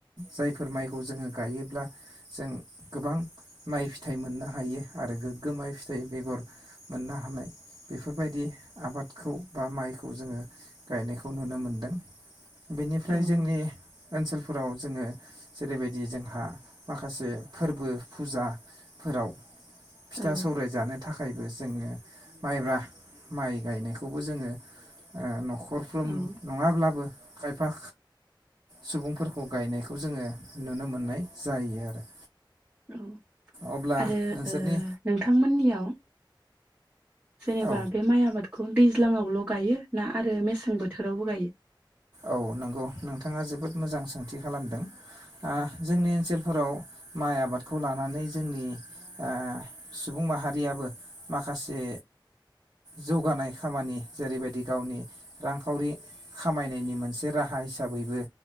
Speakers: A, on the right; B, on the right.
A: जायफोर माइखौ जोङो गायोब्ला जों गोबां माइ फिथाइ मोननो हायो आरो गोग्गो माइ फिथाइ बेगर मोननो हानाय बेफोरबायदि आबादखौ बा माइखौ जोङो गायनायखौ नुनो मोनदों। बेनिफ्राय
B: औ
A: जोंनि ओनसोलफोराव जोंङो जेरैबायदि जोंहा माखासे फोरबो फुजाफोराव फिथा
B: औ
A: सौराय जानो थाखाय थाखायबो जोंङो माइब्रा माइ गायनायखौबो जोंङो नखर खरफ्रोम
B: औ
A: नंङाब्लाबो खायफा सुबुंफोरखौ गायनायखौ जोंङो नुनो मोननाय जायो आरो
B: औ
A: अब्ला
B: आरो
A: नोंसोरनि
B: ओ नोंथांमोननियाव जनेेबा
A: औ
B: बे माय आबाद बे खौ दैज्लाङावल गायो ना आरो मेसें बोथोरावबो गायो?
A: औ नंगौ नोंथाङा जोबोद मोजां सोंथि खालामदों। जोंनि ओनसोलफोराव माइ आबादखौ लानानै जोंनि ओ सुबुं माहारियाबो माखासे जौगानाय खामानि जेरैबायदि गावनि रांखावरि खामायनायनि मोनसे राहा हिसाबैबो